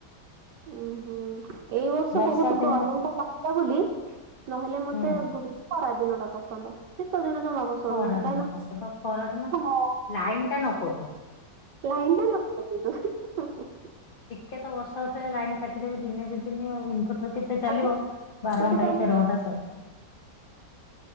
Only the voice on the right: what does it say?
ଉୁଁ ହୁଁ ଏଇ ବର୍ଷ
ବହୁତ
ଗରମ ଟା ଲାଗିଲା ବୋଲି ନହେଲେ ମତେ
ଖରା ଦିନ ଟା ପସନ୍ଦ ଶିତ ଦିନ ଜମା ପସନ୍ଦ
ନୁହେଁ କାହିଁକି
ହଁ
ଲାଇନ୍ ଟା ନକଟୁ କିନ୍ତୁ।
ଆଉ
ଗୋଟେ
ଚାଲିବ